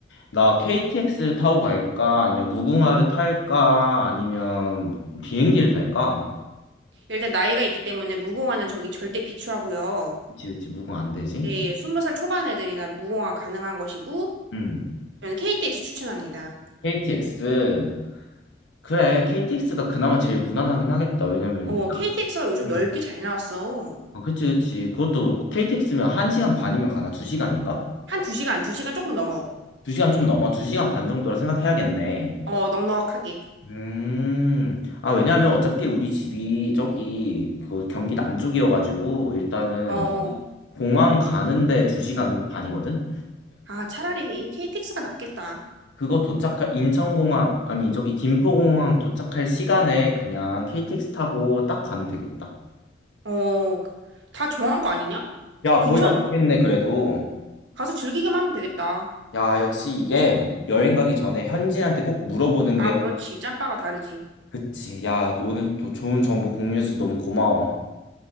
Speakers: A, on the left; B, on the right.
A: 나 KTX를 타고 갈까? 아니면 무궁화를 탈까? 아니면 비행기를 탈까?
B: 일단 나이가 있기 때문에 무공화는 저기 절대 비추하고요.
A: 그치, 그치, 무궁화 안 되지?
B: 예, 20살 초반 애들이나 무공화 가능한 것이고
A: 음.
B: 저는 KTX 추천합니다.
A: KTX. 그래, KTX가 그나마 제일 무난하긴 하겠다. 왜냐면,
B: 어, KTX가 요즘
A: 음.
B: 넓게 잘 나왔어.
A: 어, 그치, 그치. 그것도 그렇고, KTX면 1시간 반이면 가나? 2시간인가?
B: 한 2시간, 2시간 조금 넘어.
A: 2시간 좀 넘어. 2시간 반 정도라 생각해야겠네.
B: 어, 넉넉하게.
A: 음, 아, 왜냐면 어차피 우리 집이 저기, 그 경기 남쪽이어가지고, 일단은,
B: 어.
A: 공항 가는데 2시간 반이거든?
B: 아, 차라리 이 KTX가 낫겠다.
A: 그거 도착할, 인천공항, 아니, 저기, 김포공항 도착할 시간에 그냥 KTX 타고 딱 가면 되겠다.
B: 어, 그- 다 정한 거 아니냐?
A: 야, 거의
B: 괜찮.
A: 다 정했네, 그래도.
B: 가서 즐기기만 하면 되겠다.
A: 야, 역시 이게 여행 가기 전에 현지인한테 꼭 물어보는
B: 아,
A: 게
B: 그렇지. 짬바가 다르지.
A: 그치. 야, 너 오늘 또 좋은 정보 공유해서 너무 고마워.